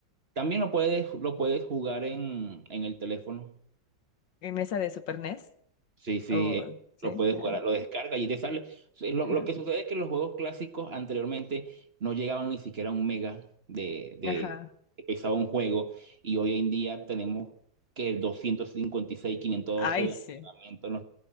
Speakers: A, on the right; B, on the left.
A: También lo puedes, lo puedes jugar en, en el teléfono.
B: ¿En mesa de Super NES?
A: Sí, sí,
B: ¿O
A: eh,
B: sí?
A: lo puedes
B: ah,
A: jugar, lo descargas y te sale. Sí, Lo,
B: Ajá.
A: lo que sucede es que los juegos clásicos anteriormente no llegaban ni siquiera a un mega de, de,
B: Ajá.
A: de pesado un juego y hoy en día tenemos que 256, 512
B: Ay,
A: de
B: sí.
A: almacenamiento. no sé.